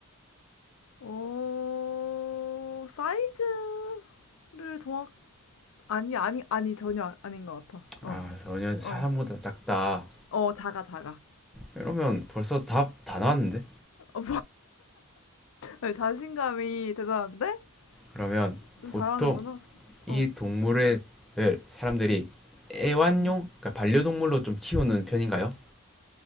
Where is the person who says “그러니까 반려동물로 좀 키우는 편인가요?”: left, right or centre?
Centre